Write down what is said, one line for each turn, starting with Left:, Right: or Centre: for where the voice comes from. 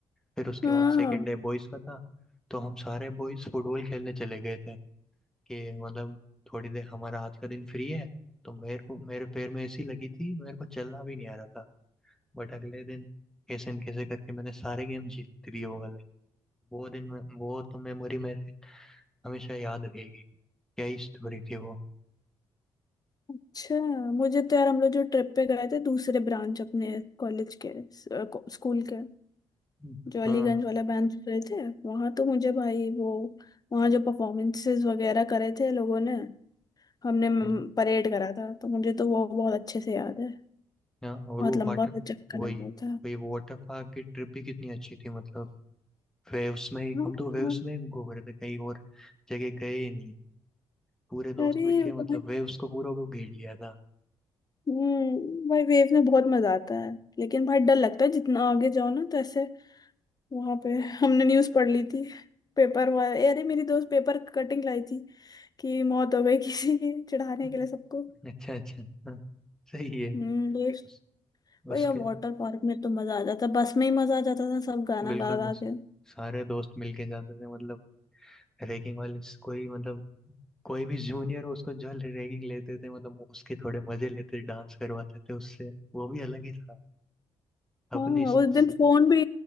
Centre: फिर उसके
Left: हाँ
Centre: बाद सेकेंड डे बॉयज का था तो हम सारे बॉयज फुटबॉल खेलने चले गए थे कि मतलब थोड़ी देर हमारा आज का दिन फ्री है तो मेरे को मेरे पैर में ऐसी लगी थी मेरे को चलना भी नहीं आ रहा था बट अगले दिन कैसे न कैसे करके मैंने सारे गेम जीत लिए वो वाले वो दिन में वो तो मेमोरी मेरे हमेशा याद रहेगी क्या ही स्टोरी थी वो
Left: अच्छा मुझे तो यार हम लोग जो ट्रिप पे गए थे दूसरे ब्रांच अपने कॉलेज के स्कूल के
Centre: हम्म,
Left: जो अलीगंज
Centre: हाँ
Left: वाला ब्रांच गए थे वहां तो मुझे भाई वो वहां जो परफॉर्मेंसेस वगैरह करे थे लोगों ने हमने
Centre: हम्म,
Left: परेड करा था तो मुझे तो वो बहुत अच्छे से याद है
Centre: हाँ और
Left: बहुत
Centre: वो
Left: लंबा
Centre: वाटर
Left: सा चक्कर
Centre: वही
Left: लगा था
Centre: वही वाटर पार्क की ट्रिप भी कितनी अच्छी थी मतलब वेव्स में ही
Left: हाँ,
Centre: हम तो वेव्स
Left: हाँ।
Centre: में ही घूम रहे थे कहीं और जगह गए ही नहीं पूरे दोस्त
Left: अरे
Centre: मिलके मतलब
Left: भाई
Centre: वेव्स को पूरा को घेर लिया था
Left: हम्म भाई वेव में बहुत मजा आता है लेकिन भाई डर लगता है जितना आगे जाओ ना तो ऐसे वहां पे हमने न्यूज पढ़ ली थी पेपर हुआ अरे मेरी दोस्त पेपर कटिंग लाई थी कि मौत हो गई <laughs> किसी की चढ़ाने
Centre: हम्म,
Left: के लिए सबको
Centre: अच्छा अच्छा हाँ, सही है
Left: हम्म बेस्ट
Centre: उस, उसके
Left: भैया वाटर पार्क में तो मजा आ जाता बस में ही मजा आ जाता था सब गाना
Centre: बिल्कुल
Left: गा
Centre: मस्त
Left: गा के
Centre: सारे दोस्त मिलके जाते थे मतलब रैगिंग वाले स- कोई मतलब कोई भी जूनियर हो उसको जो रैगिंग लेते थे मतलब वो उसके थोड़े मजे लेते थे डांस करवाते थे उससे वो भी अलग ही था अपने
Left: हाँ
Centre: स-
Left: उस दिन
Centre: स-
Left: फोन भी